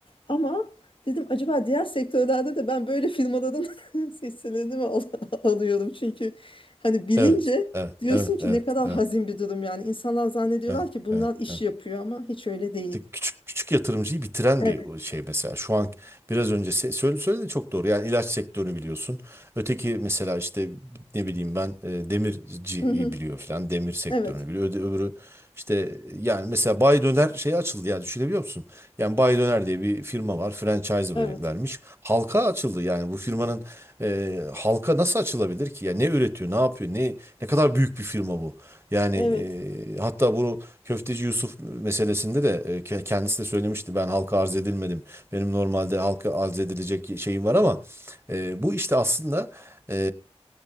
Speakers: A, on the left (about 50°); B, on the right (about 20°).
A: Ama dedim acaba diğer sektörlerde de ben böyle firmaların <laughs> hisselerini mi al- <laughs> alıyorum? Çünkü hani bilince
B: Evet, evet,
A: diyorsun
B: evet,
A: ki
B: evet,
A: ne kadar
B: evet,
A: hazin bir durum yani. İnsanlar zannediyorlar
B: evet,
A: ki bunlar
B: evet,
A: iş
B: evet.
A: yapıyor ama hiç öyle değil.
B: İşte Küçük küçük yatırımcıyı bitiren
A: Evet.
B: bir şey mesela. Şu an biraz önce se- söyle söyledi çok doğru. Yani ilaç sektörünü biliyorsun. Öteki mesela işte ne bileyim ben e, demirciyi
A: Hı hı.
B: biliyor falan. Demir sektörünü
A: Evet.
B: biliyor. Öde- Öbürü işte yani mesela Bay Döner şey açıldı ya düşünebiliyor musun? Yani Bay Döner diye bir firma var. Franchise
A: Evet.
B: ver- vermiş. Halka açıldı yani bu firmanın e, halka nasıl açılabilir ki? Ya ne üretiyor, ne yapıyor, ne ne kadar büyük bir firma bu. Yani
A: Evet.
B: e, hatta bunu Köfteci Yusuf meselesinde de e, ke- kendisi de söylemişti. Ben halka arz edilmedim. Benim normalde halka arz edilecek şeyim var ama e, bu işte aslında e,